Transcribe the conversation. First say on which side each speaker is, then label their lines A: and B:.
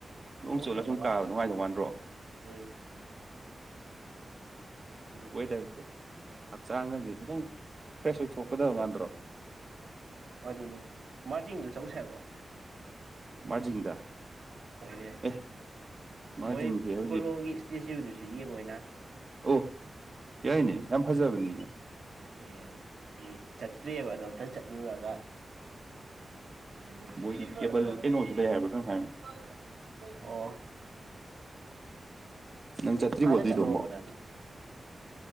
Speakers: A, on the right; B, on the right.
A: ꯅꯣꯡ
B: ꯑꯣ
A: ꯆꯣꯠꯂ
B: ꯁꯂꯒ
A: ꯁꯨꯝ ꯀꯥꯕ ꯅꯨꯡꯉꯥꯏꯗꯧ ꯃꯥꯟꯗ꯭ꯔꯣ
B: ꯑꯩ ꯑꯗꯨ
A: ꯋꯦꯗꯔꯁꯦ ꯍꯛꯆꯥꯡꯒꯁꯦ ꯈꯤꯗꯪ ꯐ꯭ꯔꯦꯁ ꯑꯣꯏꯊꯣꯛꯀꯗꯕ ꯃꯥꯟꯗ꯭ꯔꯣ
B: ꯑꯗꯨꯅꯤ ꯃꯥꯔꯖꯤꯡꯗꯨ ꯆꯧꯁꯦ ꯍꯥꯏꯕ꯭ꯔꫭ
A: ꯃꯥꯔꯖꯤꯡꯗ
B: ꯍꯣꯏꯅꯦ
A: ꯑꯦ ꯃꯥꯔꯖꯤꯡꯁꯦ
B: ꯃꯣꯏ
A: ꯍꯧꯖꯤꯛ
B: ꯄꯨꯂꯣꯒꯤ ꯇꯤꯑꯦꯁꯌꯨꯗꯁꯨ ꯌꯦꯡꯉꯣꯏꯅ
A: ꯑꯣ ꯌꯥꯏꯅꯦ ꯌꯥꯝ ꯐꯖꯕꯅꯤꯅꯦ
B: ꯑꯦ ꯑꯗꯣ ꯑꯩ ꯆꯠꯇ꯭ꯔꯤꯑꯕ ꯑꯗꯣ ꯑꯝꯇ ꯆꯠꯂꯨꯔꯒ ꯁꯤ
A: ꯃꯣꯏꯗꯤ ꯀꯦꯕꯜ ꯀꯩꯅꯣꯁꯨ ꯂꯩ ꯍꯥꯏꯕ꯭ꯔꯥ ꯀꯩꯅꯣꯝ ꯍꯥꯏꯕꯅꯤ ꯅꯪ ꯆꯠꯇ꯭ꯔꯤꯕꯣ
B: ꯍꯥꯟꯅ
A: ꯑꯗꯨꯏꯗꯣ
B: ꯆꯠꯂꯨꯔꯕꯣ
A: ꯑꯝꯕꯣ
B: ꯅꯪꯗꯤ